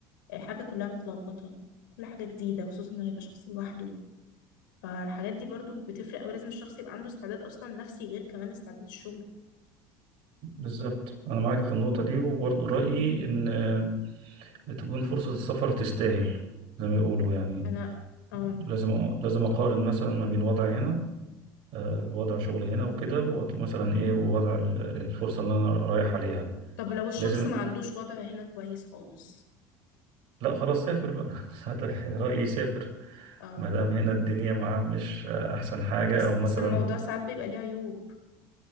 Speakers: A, on the left; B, on the right.
A: الحاجه كلها متلخبطه كل حاجه جديده خصوصا انه هيبقى شخص لوحده فالحاجات دي برضو بتفرق أوي لازم الشخص يبقى عنده استعداد أصلا نفسي غير كمان استعداد الشغل
B: بالظبط انا معاك في النقطه دي وبرضو رايي ان آه، تكون فرصه السفر تستاهل زي ما يقولوا يعني
A: أنا اه
B: لازم لازم اقارن مثلا ما بين وضعي هنا آه، وضع شغلي هنا وكده ومثلا ايه ووضع ال- الفرصه اللي انا رايح عليها
A: طب لو الشخص
B: لازم
A: ما عندوش وضع هنا كويس خالص
B: لا خلاص سافر بقى <laughs> ساعتها رايي سافر
A: اه
B: ما دام هنا الدنيا معاه مش آه، احسن حاجه
A: بس
B: او
A: بس
B: مثلا
A: الموضوع ساعات بيبقى ليه عيوب